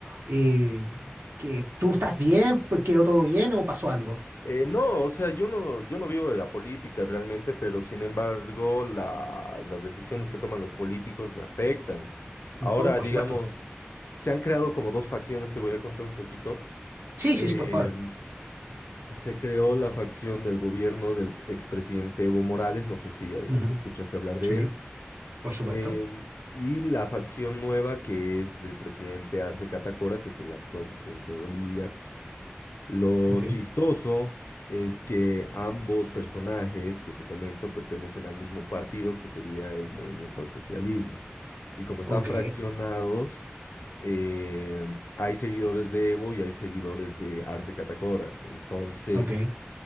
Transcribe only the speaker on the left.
Eh, no, o sea, yo no, yo no vivo de la política realmente, pero sin embargo la- las decisiones que toman los políticos me afectan. Ahora,
digamos,
se han creado como dos facciones, te voy a contar un poquito.
Eh,
se creó la facción del gobierno del expresidente Evo Morales, no sé si eh,
escuchaste hablar de
él,
eh, y la facción nueva que es del presidente Arce Catacora, que es el actual presidente de Bolivia. Lo
chistoso es que ambos personajes que te comento pertenecen al mismo partido, que sería el movimiento al socialismo. Y como están
fraccionados, eh, hay seguidores de Evo y hay seguidores de Arce Catacora. Entonces,